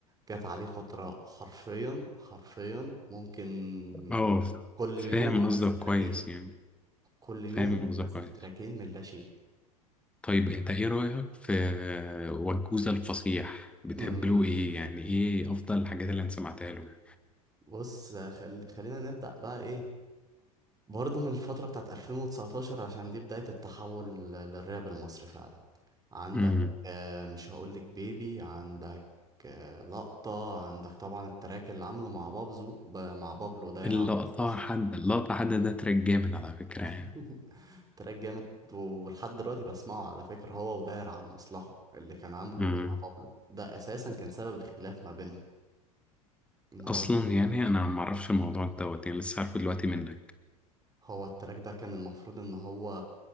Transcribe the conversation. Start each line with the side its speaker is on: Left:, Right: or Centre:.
Right: جات عليه فترة حرفيا حرفيا ممكن
Centre: اه
Right: كل
Centre: فاهم
Right: يوم ينزل
Centre: قصدك
Right: تراكين
Centre: كويس يعني
Right: كل يوم
Centre: فاهم قصدك
Right: نزل
Centre: كويس
Right: تراكين من لا شيء
Centre: طيب انت ايه رأيك في وجوزة الفصيح بتحب
Right: أمم،
Centre: له ايه يعني ايه افضل الحاجات اللي انا سمعتها له
Right: بص خل... خلينا نبدأ بقى ايه برضه من الفترة بتاعت 2019 عشان دي بداية التحول لل- للراب المصري فعلا عندك
Centre: امم
Right: آه مش هقولك بيبي عندك آه لقطة عندك طبعا التراك اللي عامله مع بابزو ب... مع بابلو دايرة
Centre: اللقطة
Right: على المصلحة
Centre: حد اللقطة حد ده تراك جامد على فكرة
Right: <laughs>
Centre: يعني
Right: تراك جامد ولحد دلوقتي بسمعه على فكرة هو وداير على المصلحة اللي كان عامله
Centre: امم
Right: مع بابلو ده أساسا كان سبب الخلاف ما بينهم ان هو
Centre: اصلا يعني انا ما اعرفش الموضوع دوت يعني لسه عارفه دلوقتي منك
Right: هو التراك ده كان المفروض ان هو